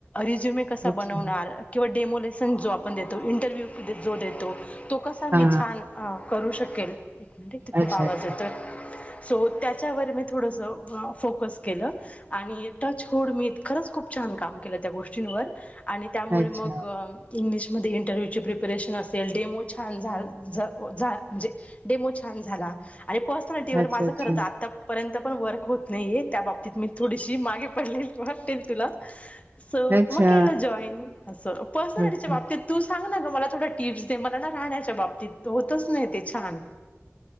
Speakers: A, on the left; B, on the right.
A: रिझ्युमे कसा
B: अच्छा
A: बनवणार? किंवा डेमोलेसन जो आपण देतो, इंटरव्ह्यू जो देतो तो कसा मी
B: हा
A: छान आ करू शकेल. एक मिनिट, इथं खूप
B: अच्छा
A: आवाज
B: अच्छा
A: येतोय. <inaudible> सो त्याच्यावर मी थोडसं फोकस केलं. आणि टच हुड मी खरंच खूप छान छान काम केलं त्या गोष्टींवर... आणि त्यामुळे
B: अच्छा
A: मग इंग्लिश मध्ये इंटरव्ह्यूची प्रिपेरेशन असेल डेमो छान झाल -झ- जा म्हणजे डेमो छान झाला. आणि पर्सनॅलिटी
B: अच्छा
A: माझं
B: अच्छा
A: खर तर आतापर्यंत पण वर्क होत नाहीये त्या बाबतीत... मी थोडीशी मागे पडलेली वाटेल तुला. असं
B: अच्छा
A: मग केलं जॉईन असं पर्सनलिटीच्या
B: अच्छा
A: बाबतीत तू सांग ना गं मला थोड्या टिप्स दे मला ना राहण्याच्या बाबतीत होतच नाही ते छान